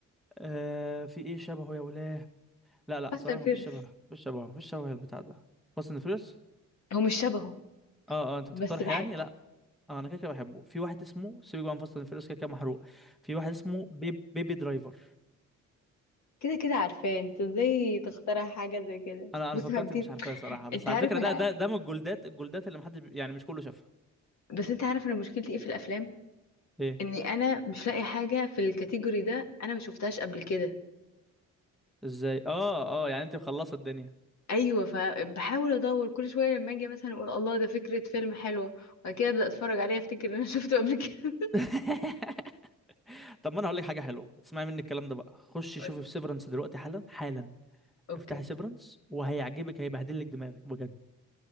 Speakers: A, in the centre; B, on the left.
A: اه في ايه شبهه يا ولاه لا لا
B: حسن
A: صراحة
B: فيرس
A: مفيش شبه مفيش شبه مفيش شبه البتاع ده فاست اند فيريوس
B: هو مش شبهه
A: اه اه انت
B: بس
A: بتقترح
B: بحبه
A: يعني لا انا كده كده بحبه في واحد اسمه سيبك بقى من فاست اند فيريوس كده كده محروق في واحد اسمه بيب بيبي درايفر
B: كده كده عارفاه انت ازاي تخترع حاجة زي كده
A: انا
B: بص
A: انا فكرتك
B: يا عابدين
A: مش عارفاه صراحة بس
B: انت عارف
A: على فكرة
B: انا
A: ده ده ده من الجولدات الجولدات اللي محدش بي- يعني مش كله شافها
B: بس انت عارف انا مشكلتي ايه في الافلام
A: ايه
B: اني انا مش لاقي حاجة في الكاتيجوري ده انا ما شفتهاش قبل كده
A: ازاي اه اه يعني انت مخلصة الدنيا
B: ايوه فبحاول ادور كل شويه لما اجي مثلا اقول الله ده فكره فيلم حلوه وبعد كده ابدا اتفرج عليه افتكر ان انا <laughs> شفته قبل كده
A: <laughs> طب ما انا هقول لك حاجة حلوة اسمعي مني الكلام ده بقى خش
B: قولي.
A: شوفي في سيفرنس دلوقتي حالا حالا
B: اوكي
A: افتحي سيفرنس وهيعجبك هيبهدلك دماغك بجد